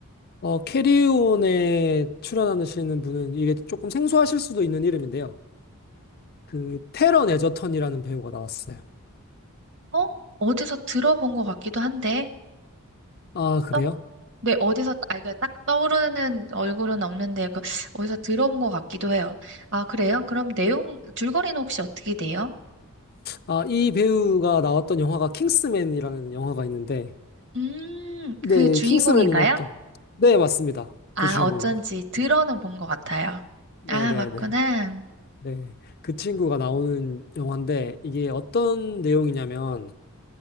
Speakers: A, on the left; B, on the right.
A: 어, 캐리온에 출연하시는 분은 이게 조금 생소하실 수도 있는 이름인데요. 그 테런 에저턴이라는 배우가 나왔어요.
B: 어? 어디서 들어본 것 같기도 한데,
A: 아, 그래요?
B: 떡, 네, 어디서, 아, 이게 딱 떠오르는 얼굴은 없는데, 그, 어디서 들어본 것 같기도 해요. 아, 그래요? 그럼 내용, 줄거리는 혹시 어떻게 돼요?
A: 아, 이 배우가 나왔던 영화가 킹스맨이라는 영화가 있는데,
B: 음, 그
A: 네,
B: 주인공인가요?
A: 킹스맨이 나왔던. 네, 맞습니다.
B: 아,
A: 그 주인공이에요.
B: 어쩐지 들어는 본 것 같아요.
A: 네네네.
B: 아, 맞구나.
A: 네. 그 친구가 나오는 영화인데 이게 어떤 내용이냐면